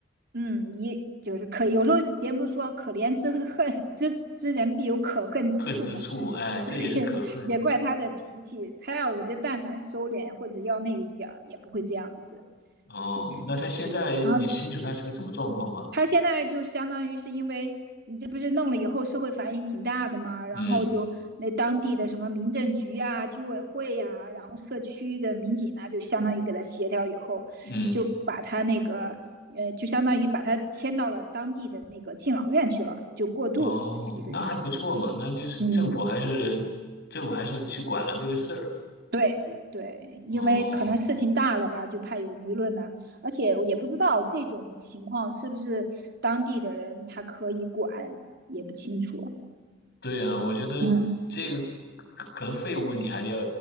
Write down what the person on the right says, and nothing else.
嗯，一就是可有时候别人不是说可怜之恨之之人必有可恨之处嘛，
<laughs> 也怪他的脾气，他要我觉得但凡收敛或者要那个一点儿，也不会这样子。
嗯，
然后他现在就相当于是因为你这不是弄了以后社会反应挺大的嘛，然后就那当地的什么民政局啊、
居委会呀、然后社区的民警呢，就相当于给他协调以后，
就把他那个呃，就相当于把他迁到了当地的那个敬老院去了，就过渡，
就等
嗯。对对，因为可能事情大了吧，
就怕有舆论呢、而且我也不知道这种情况是不是当地的人他可以管，也不清楚。
嗯，